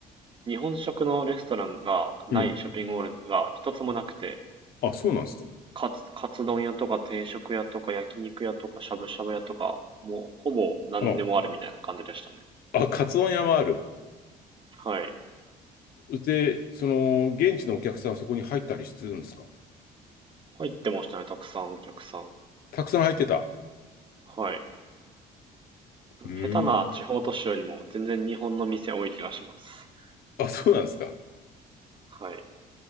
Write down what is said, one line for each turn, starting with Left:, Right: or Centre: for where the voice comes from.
Right: 日本食のレストランがないショッピングモールが一つもなくて、
Left: うん。あ、そうなんですか。
Right: カツ、カツ丼屋とか定食屋とか焼肉屋とかしゃぶしゃぶ屋とか、もうほぼ何でもあるみたいな感じでしたね。
Left: あ、あ、カツ丼屋もある。
Right: はい。
Left: で、その、現地のお客さんそこに入ったりするんですか
Right: 入ってましたね、たくさんお客さん。
Left: たくさん入ってた。
Right: はい。
Left: うーん。
Right: 下手な地方都市よりも全然日本の店多い気がします。
Left: あ、そうなんですか。
Right: はい。